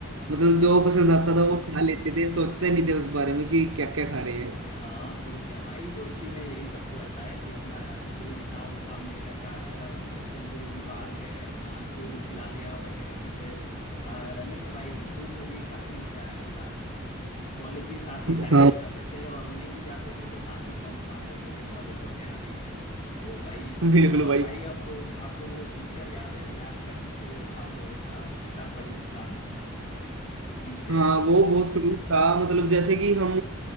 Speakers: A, on the right; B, on the left.
A: मतलब
B: हाँ
A: जो पसंद आता था वो खा लेते थे सोचते नहीं थे उस बारे में कि क्या क्या खा रहे हैं
B: हाँ तो क्या भाई दोस्ती में यही सब तो रहता है कि अपना कोई हिसाब उसाब नहीं रहता है और जैसे जो भी बाहर गए अपना जो भी खिला दिया वैसे करते थे आ, रहने में भाई रूम में भी काफी मजा आया था कॉलेज भी साथ ही
A: हाँ
B: टाइम पे जाते थे और नहीं भी जाते थे तो साथ ही बंक मार देते थे कॉलेज वगैरह भी तो भाई
A: <laughs> बिल्कुल
B: और
A: भाई
B: भाई आपको आपको वो टीचर याद है मैथ का टीचर जो था हम लोगों का कितना खड़ूस था टीचर
A: हाँ वो बहुत क्लोज था मतलब जैसे कि हम